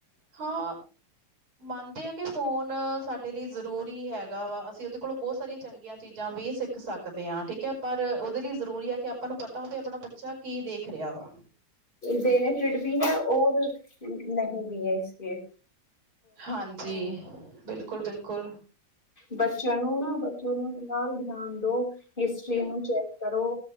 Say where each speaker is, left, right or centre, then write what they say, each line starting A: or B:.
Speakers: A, on the right; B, on the left.
A: ਹਾਂ ਮੰਨਦੇ ਆ ਕਿ ਫੋਨ ਸਾਡੇ ਲਈ ਜ਼ਰੂਰੀ ਹੈਗਾ ਵਾ, ਅਸੀਂ ਉਹਦੇ ਕੋਲੋਂ ਬਹੁਤ ਸਾਰੀਆਂ ਚੰਗੀਆਂ ਚੀਜ਼ਾਂ ਵੀ ਸਿੱਖ ਸਕਦੇ ਆ, ਠੀਕ ਹੈ ਪਰ ਉਹਦੇ ਲਈ ਜ਼ਰੂਰੀ ਆ ਕਿ ਆਪਾਂ ਨੂੰ ਪਤਾ ਤਾ ਫਿਰ ਆਪਣਾ ਬੱਚਾ ਕੀ ਦੇਖ ਰਿਹਾ ਵਾ।
B: ਬੇਨਫਿਡ ਵੀ ਹੈ ਔਰ ਨਹੀਂ ਬੀ ਆਈ ਸੀ ਏ
A: ਹਾਂਜੀ ਬਿਲਕੁਲ ਕੁੱਲ
B: ਬੱਚਿਆਂ ਨੂੰ ਨਾ ਬੱਚਿਆਂ ਨੂੰ ਇੰਨਾ ਧਿਆਨ ਦੋ, ਹਿਸਟਰੀ ਨੂੰ ਚੈੱਕ ਕਰੋ,